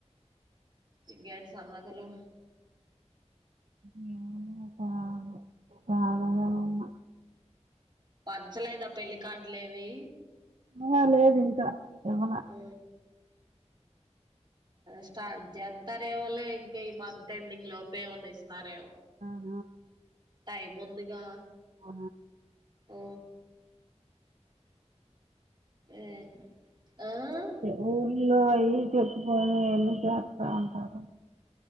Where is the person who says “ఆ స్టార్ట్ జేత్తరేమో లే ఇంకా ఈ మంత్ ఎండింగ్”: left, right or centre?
Right